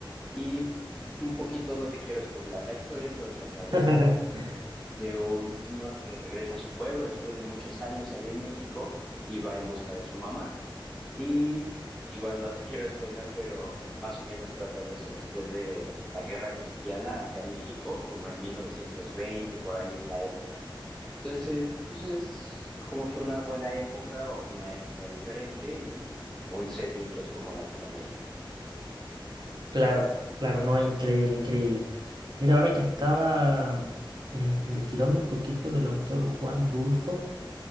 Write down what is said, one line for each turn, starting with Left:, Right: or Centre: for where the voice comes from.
Centre: Y un poquito, no te quiero spoilar la historia, pero trata de,
Right: <laughs>
Centre: de un señor que regresa a su pueblo después de muchos años ahí en México y va en busca de su mamá. Y igual no te <laughs> quiero spoiler, pero más o menos trata de eso. Después de la guerra cristiana acá en México, como en 1920, por ahí es la época. Entonces, pues es como que una buena época o una época diferente y un setting que es como Latinoamérica.
Right: Claro, claro, no, increíble, increíble. Mira, ahora que estaba eh, investigando un poquito del autor Juan Rulfo,